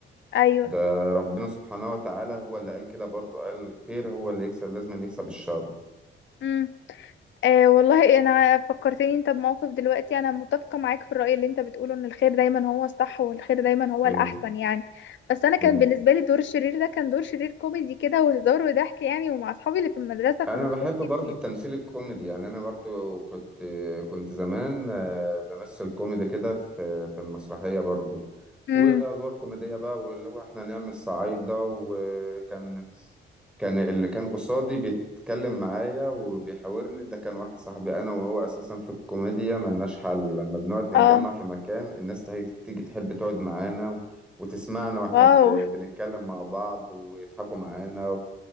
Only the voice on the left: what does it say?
أيوه
امم آه والله انا فكرتني انت بموقف دلوقتي انا متفقه معاك في الراي اللي انت بتقوله ان الخير دايما هو الصح والخير دايما هو
الاحسن يعني بس انا كان
بالنسبه لي دور الشرير ده كان دور شرير كوميدي كده وهزار وضحك يعني ومع اصحابي اللي في المدرسه
فمش
دور
كبير
امم
اه
واو